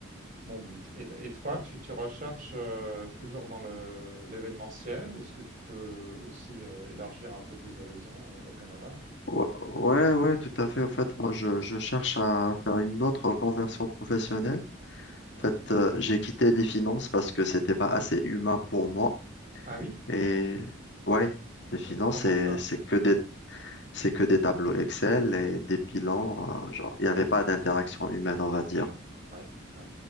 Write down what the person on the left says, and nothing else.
Ouais, ouais, ouais, tout à fait. En fait, moi, je, je cherche à faire une autre conversion professionnelle.
En fait, euh, j'ai quitté les finances parce que c'était pas assez humain pour moi.
Et ouais, les finances,
c'est,
c'est que des, c'est que des tableaux Excel et des bilans.
hein, genre, il n'y avait pas d'interaction humaine, on va dire.